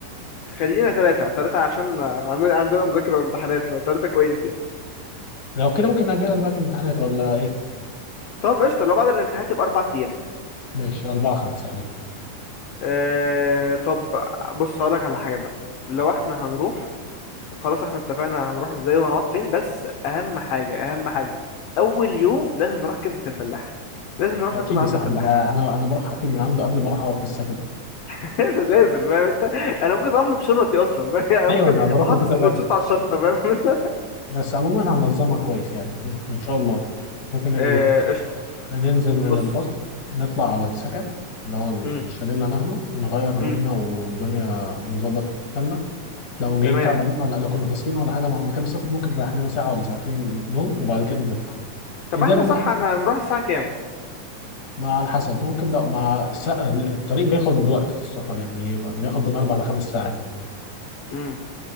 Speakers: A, on the left (about 75°); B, on the left (about 40°).
A: خلينا ثلاثة ثلاثة عشان عن- عندنا مذاكرة وامتحانات فثلاثة كويس يعني
B: لو كده ممكن نأجلها لبعد الامتحانات ولا ايه
A: طب قشطة لو بعد الامتحانات يبقى أربع أيام
B: ماشي اربعه خمسه عليك
A: أه طب بص هقولك على حاجة بقى لو احنا هنروح وخلاص احنا اتفقنا هنروح ازاي وهنقعد فين بس أهم حاجة أهم حاجة أول يوم لازم نروح كبدة الفلاح لازم نروح
B: ده
A: ناكل
B: اكيد
A: من
B: يا
A: عند
B: صاحبي
A: الفلاح
B: ده انا انا بروح اكل من عنده قبل ما اروح اقعد في السكن
A: <laughs> لازم فاهم انت انا ممكن اروح له بشنطتي اصلا فاهم؟ يعني انا
B: ايوه
A: ممكن
B: انا بروح
A: احط
B: له
A: السندوتشات
B: كده فعلا
A: على الشنطه فاهم <laughs>
B: بس عموما هننظمها كويس يعني ان شاء الله ممكن نعمل
A: آه،
B: ايه؟
A: قشطه
B: ننزل من
A: بص
B: الباص نطلع على السكن اللي هو
A: امم
B: الشاليه اللي هناخده نغير هدومنا
A: امم
B: والدنيا ونظبط حالنا لو جايين
A: تمام
B: تعبانين ولا لو كنا فاصلين ولا حاجه ما- مكان السفر ممكن نريح لنا ساعه ولا ساعتين نوم وبعد كده نطلع
A: طب
B: قدرنا
A: احنا صح احنا هنروح الساعه كام
B: مع على حسب ممكن لو مع الس- الطريق بياخد وقت في السفر يعني بياخد من اربع لخمس ساعات
A: امم.